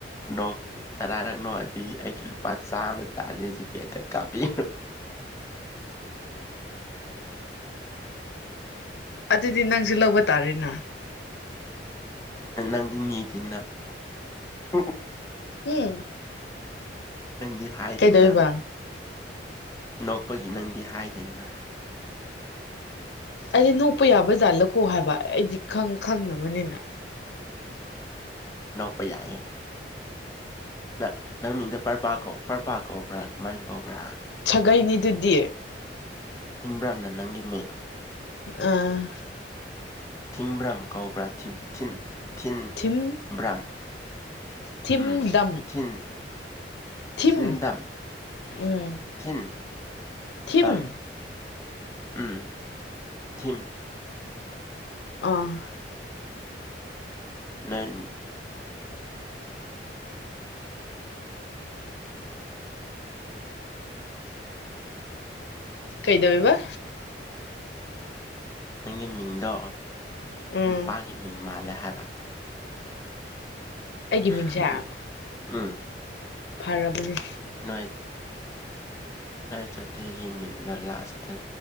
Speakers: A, on the left; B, on the left.
A: ꯅꯣꯛ ꯇꯔꯥꯔꯛꯅꯣꯗꯤ ꯑꯩꯂꯨ ꯄ ꯆꯥ ꯑꯃ ꯇꯥꯔꯅꯤꯁꯤꯄꯦꯗ ꯀꯥꯄꯤꯤ
B: ꯑꯗꯨ ꯅꯪꯁꯨ ꯂꯧꯕ ꯇꯥꯔꯦꯅ
A: ꯑꯗꯤꯡ ꯌꯦꯇꯟꯅ ꯎ ꯎ
B: ꯎꯝ
A: ꯅꯪꯗꯤ ꯍꯥꯏꯗꯦꯅ
B: ꯀꯩꯗꯧꯔꯤꯕ
A: ꯅꯣꯛꯄꯒꯤ ꯅꯪꯗꯤ ꯍꯥꯏꯗꯦꯅ
B: ꯑꯩꯗꯤ ꯅꯣꯛꯄ ꯌꯥꯕꯖꯥꯠꯂꯀꯣ ꯍꯥꯏꯕ ꯑꯩꯗꯤ ꯈꯪ ꯈꯪꯅꯕꯅꯤꯅ
A: ꯄꯩ ꯌꯥꯏ ꯑ ꯅꯪ ꯃꯤꯗ ꯄꯔꯄꯥ ꯀꯧꯕ ꯄꯔꯄꯥ ꯀꯧꯕ꯭ꯔꯥ ꯀꯃꯥꯏꯅ ꯀꯧꯕ꯭ꯔꯥ
B: ꯀꯩꯅꯤꯗꯨꯗꯤꯌꯦ
A: ꯏꯕ꯭ꯔꯝꯅ ꯅꯪꯒꯤ ꯃꯤꯡ
B: ꯑꯥ
A: ꯎꯝ ꯊꯤꯡꯕ꯭ꯔꯥꯝ ꯀꯧꯕ꯭ꯔꯥꯤꯟ ꯊꯤꯟ
B: ꯊꯤꯝ
A: ꯕ꯭ꯔꯝ
B: ꯊꯤꯝ
A: ꯎꯝ
B: ꯗꯝ
A: ꯊꯤꯟ
B: ꯊꯤꯝ
A: ꯊꯤꯟꯗꯝ
B: ꯎꯝ
A: ꯊꯤꯟ
B: ꯊꯤꯝ
A: ꯕꯝ ꯎꯝ ꯊꯨꯝ
B: ꯑꯥ
A: ꯅꯪ
B: ꯀꯩꯗꯕꯕ
A: ꯅꯪꯒꯤ ꯃꯤꯗꯣ
B: ꯎꯝ
A: ꯅꯨꯄꯥꯒꯤꯅꯤ ꯃꯤꯡ ꯃꯥꯜꯂꯦ ꯍꯥꯏꯕ
B: ꯑꯩꯒꯤ
A: <unintelligible>
B: ꯃꯤꯡꯁꯦ
A: <unintelligible> ꯎꯝ
B: ꯐꯔꯕꯅꯦ
A: ꯅꯣꯏꯥꯏ ꯂꯥꯏ ꯆꯩꯊꯦꯒꯤ ꯃꯤꯡꯗꯣ ꯂꯥꯁꯇ